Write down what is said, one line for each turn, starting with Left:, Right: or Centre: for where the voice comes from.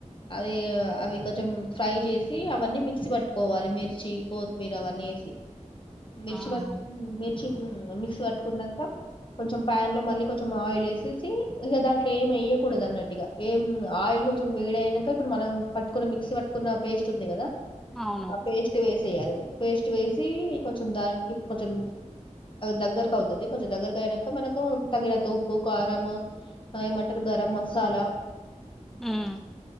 Left: యేవ్ అవి కొంచెం ఫ్రై చేసి అవన్నీ మిక్సీ పట్టుకోవాలి. మిర్చి కొత్తిమీర అవన్నీ వేసి, మిర్చి
Centre: ఆహా
Left: వర్ మిర్ మిక్సీ పట్టుకున్నాక కొంచెం ప్యాన్ లో మళ్ళీ కొంచెం ఆయిల్ వేసేసి, ఇక దాంట్లో ఏమి వెయ్యకూడదు. అన్నట్టు ఇక ఏం ఆయిల్ కొంచెం వేడి అయినాక ఇప్పుడు మనం పట్టుకున్న మిక్సీ పట్టుకున్న పేస్ట్ ఉంది కదా
Centre: అవును
Left: ఆ పేస్ట్ వేస్ చేయాలి పేస్ట్ వేసి కొంచెం దానికి కొంచెం దగ్గరకు అవుతుంది. కొంచెం దగ్గరకు అయినాక మనకు తగినంత ఉప్పు కారం ఏమంటారు గరం మసాలా
Centre: ఉ మ్